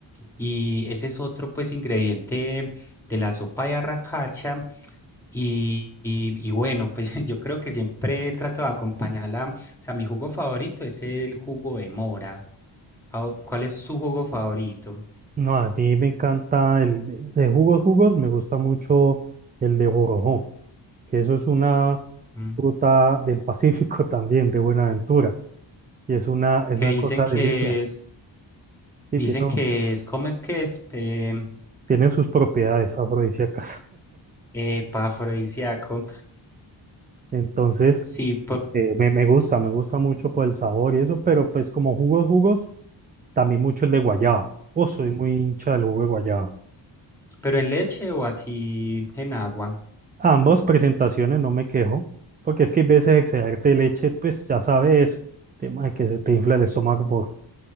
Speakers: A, in the centre; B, on the right (about 20°).
A: Y ese es otro, pues, ingrediente de la sopa de arracacha. Y, y y bueno, pues <laughs> yo creo que siempre trato de acompañarla. O sea, mi jugo favorito es el jugo de mora. Ah, o- ¿Cuál es su jugo favorito?
B: No, a mí me encanta el de, de jugos, jugos, me gusta mucho el de borojó, que eso es una
A: Mm,
B: fruta del Pacífico <laughs> también, de Buenaventura, y es una, es
A: Que
B: una
A: dicen
B: cosa
A: que
B: delicia, Mm.
A: es,
B: y
A: dicen
B: tiene,
A: que es, ¿cómo es que es? Em,
B: tiene sus propiedades afrodisíacas.
A: Epafrodisíaco.
B: Entonces,
A: Sí, por-
B: Eh, me, me gusta, me gusta mucho por el sabor y eso, pero pues como jugos, jugos, también mucho el de guayaba. Oh, soy muy hincha del jugo de guayaba.
A: pero en leche o así en agua.
B: Ambas presentaciones no me quejo, porque es que hay veces excederte de leche, pues ya sabes, tema de que se te infla el estómago por